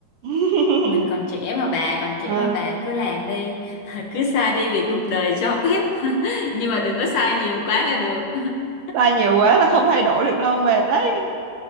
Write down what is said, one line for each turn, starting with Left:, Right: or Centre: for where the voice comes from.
Right: <laughs>
Left: mình còn trẻ mà bà còn trẻ
Right: Ừ,
Left: mà bà cứ làm đi <laughs> cứ sai đi vì cuộc đời cho phép <laughs> nhưng mà đừng có sai nhiều quá là được <laughs>
Right: sai nhiều quá là không thay đổi được đâu, mệt đấy.